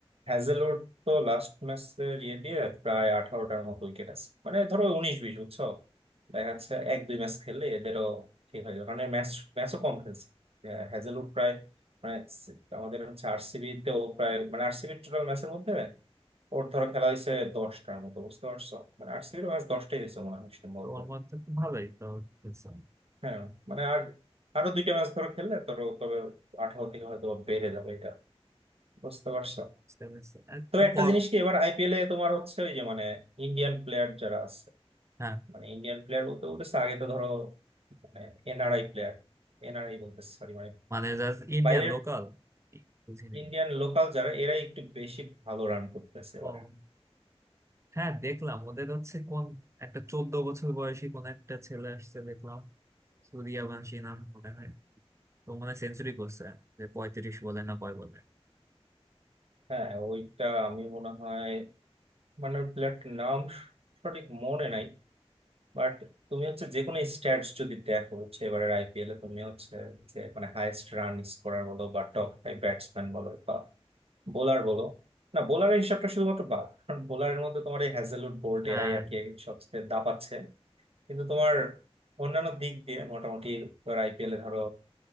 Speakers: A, on the right; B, on the right.
A: হ্যাজেলউড তো লাস্ট ম্যাচের ইয়ে দিয়ে প্রায় আঠারোটার মতো উইকেট আছে মানে ধরো উনিশ বিশ বুঝছো দেখা যাচ্ছে এক দুই ম্যাচ খেললে এদেরও ঠিক হয়ে যাবে কারণ ম্যাচ ম্যাচও কম খেলছে আহ, হ্যাজেলউড প্রায় মানে সি- আমাদের হচ্ছে আরসিবি তেও প্রায় মানে আরসিবি টোটাল ম্যাচের মধ্যে ওর ধরো খেলা হয়েছে দশটার মতো বুঝতে পারছো মানে আরসিবির ম্যাচ দশটাই হয়েছে মনে হয় সম্ভবত
B: তো ওর মধ্যে তো ভালোই তো খেলছে
A: হ্যাঁ মানে আর আরো দুইটা ম্যাচ ধরো খেললে ধরো তবে আঠারো থেকে হয়তো বেড়ে যাবে এটা বুঝতে পারছো
B: বুঝতে পেরেছি আর
A: তো
B: তো
A: একটা
B: প-
A: জিনিস কি এবার আইপিএল এ তোমার হচ্ছে ওই যে মানে ইন্ডিয়ান প্লেয়ার যারা আছে
B: হ্যাঁ
A: মানে ইন্ডিয়ান প্লেয়ার বলতে বলতেছে আগে তো ধরো মানে এনআরআই প্লেয়ার এনআরআই বলতেছে সরি মানে
B: মানে জাস্ট ইন্ডিয়ান
A: বাইরের
B: লোকাল বুঝি নেই
A: ইন্ডিয়ান লোকাল যারা এরাই একটু বেশি ভালো রান করতেছে
B: ও
A: এবার
B: হ্যাঁ দেখলাম ওদের হচ্ছে কোন একটা চোদ্দ বছর বয়সী কোন একটা ছেলে আসছে দেখলাম সূর্যবংশী নাম মনে হয় তো মনে হয় সেঞ্চুরি করছে যে পঁয়ত্রিশ বলে না কয় বলে
A: হ্যাঁ ওইটা আমি মনে হয় মানে প্লেয়ারটির নাম সঠিক মনে নাই বাট তুমি হচ্ছে যে কোনো স্ট্যাটস যদি দেখো হচ্ছে এবারের আইপিএল এ তুমি হচ্ছে যে মানে হাইয়েস্ট রান স্কোরার বলো বা টপ ফাইভ ব্যাটসম্যান বলো বা বোলার বলো না বোলারের হিসাবটা শুধুমাত্র বাদ কারণ বোলারের মধ্যে তোমার এই হ্যাজেলউড বোল্ট
B: হ্যাঁ
A: এরাই আর কি সবচেয়ে দাপাচ্ছে কিন্তু তোমার অন্যান্য দিক দিয়ে মোটামুটি তোমার আইপিএল এ ধরো